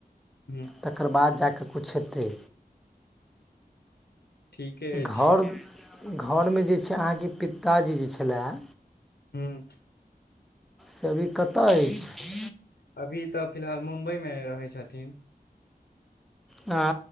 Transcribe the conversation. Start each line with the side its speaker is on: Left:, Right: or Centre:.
Left: हम्म
Centre: तकर बाद जा क किछु हेतै
Left: ठीके अछि
Centre: घर घर मे जे छै अहाँ के पिताजी जे छलाए
Left: हम्म
Centre: त अभी कतय अछि
Left: अभी त फिलहाल मुम्बई मे रहै छथिन
Centre: आ